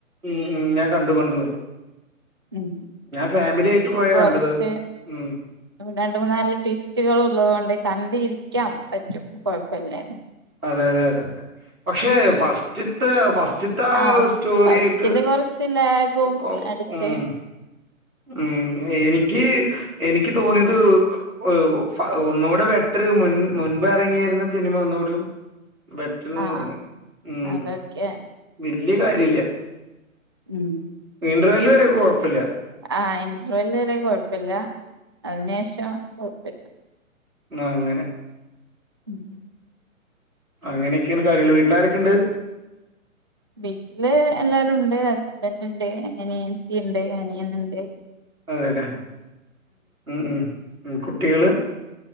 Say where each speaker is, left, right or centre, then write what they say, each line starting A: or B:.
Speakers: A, on the right; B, on the right.
A: ഉം ഉം ഞാൻ കണ്ടു കണ്ടു കണ്ടു
B: ഉം
A: ഞാൻ ഫാമിലി ആയിട്ട് പോയാ
B: കൊറച്ച്
A: കണ്ടത് അത് ഉം
B: രണ്ട് മൂന്നാല് ട്വിസ്റ്റുകളുള്ളത്കൊണ്ട് കണ്ടിരി ക്കാം പറ്റും കൊഴപ്പല്ലേന്നു
A: ആതെ യതെ പക്ഷെ
B: ഉം
A: ഫസ്റ്റ്ത്തെ ഫസ്റ്റ്ത്ത ആ
B: ആഹ്
A: സ്റ്റോറി
B: ഫസ്റ്റില്
A: ആയിട്ട്
B: കൊറച്ച് ലാഗും
A: കൗ
B: അടിച്ച്
A: ഉം ഉം എനിക്ക് എനിക്ക് തോന്ന്യത് ഓ ഫ ഒന്നുടെ ബെറ്ററ് മുൻ മുൻപെറങ്ങിരുന്ന സിനിമ ഒന്നുടിം ബെറ്ററ്ന്ന്
B: ആഹ്
A: തോന്നി ഉം
B: അതൊക്കെ
A: വെല്ല്യ കാ രില്ല്യ
B: ഉം
A: ഇൻട്രവെല്ല് ഒരു കൊഴപ്പല്ല്യ
B: ആഹ് ഇൻട്രവെല്ല് വരെ കൊഴപ്പല്ല അതിനേഷം <unintelligible>
A: ന്നാ അങ്ങനെ
B: ഉം
A: അങ്ങനെക്കെയാണ് കാര്യങ്ങള് വീട്ടിലാരൊക്കെണ്ട്?
B: വീട്ടില് എല്ലാരുണ്ട്, ഹസ്ബന്റ്ണ്ട്, അനിയത്തി ഇണ്ട്, അനിയൻ ഇണ്ട്
A: അതെലെ ഉം ഉം ഉം കുട്ടികള്